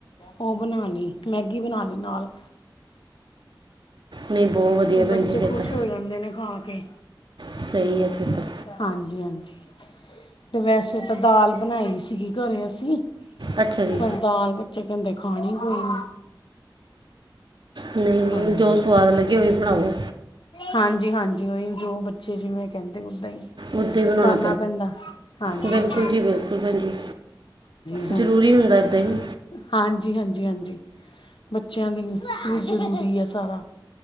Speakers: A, on the left (about 80°); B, on the right (about 65°).
A: ਉਹ ਬਣਾ ਲਈ, ਮੈਗੀ ਬਣਾ ਲਈ ਨਾਲ
B: ਨਹੀਂ ਬਹੁਤ ਵਧੀਆ
A: ਕਿ ਬੱਚੇ
B: ਭੈਣ ਜੀ ਫਿਰ
A: ਖੁਸ਼
B: ਤਾਂ
A: ਹੋ ਜਾਂਦੇ ਨੇ ਖਾ ਕੇ
B: ਸਹੀ ਹੈ ਫਿਰ ਤਾਂ
A: ਹਾਂਜੀ -ਹਾਂਜੀ ਤੇ ਵੈਸੇ ਤਾਂ ਦਾਲ ਬਣਾਈ ਸੀਗੀ ਘਰੇ ਅਸੀਂ
B: ਅੱਛਾ ਜੀ
A: ਪਰ ਦਾਲ ਬੱਚੇ ਕਹਿੰਦੇ ਖਾਣੀ ਕੋਈ ਨੀ
B: ਨਹੀਂ -ਨਹੀਂ,
A: ਹਾਂਜੀ
B: ਜੋ ਸਵਾਦ ਲੱਗੇ ਉਹ ਵੀ ਬਣਾਓ
A: ਹਾਂਜੀ- ਹਾਂਜੀ ਉਓਹੀ ਜੋ ਬੱਚੇ ਜਿਵੇਂ ਕਹਿੰਦੇ ਓਦਾਂ ਹੀ
B: ਉੱਦਾਂ ਹੀ ਬਣਾਉਣਾ
A: ਕਰਨਾ ਪੈਂਦਾ ਹਾਂਜੀ
B: ਬਿਲਕੁਲ
A: -ਹਾਂਜੀ
B: ਜੀ ਬਿਲਕੁਲ ਭੈਣ ਜੀ
A: ਹਾਂਜੀ ਹਾਂਜੀ
B: ਜ਼ਰੂਰੀ ਹੁੰਦਾ ਇੱਦਾਂ ਹੀ
A: ਹਾਂਜੀ -ਹਾਂਜੀ -ਹਾਂਜੀ ਬੱਚਿਆਂ ਦੀ ਜ਼ਰੂਰੀ ਹੈ ਸਾਰਾ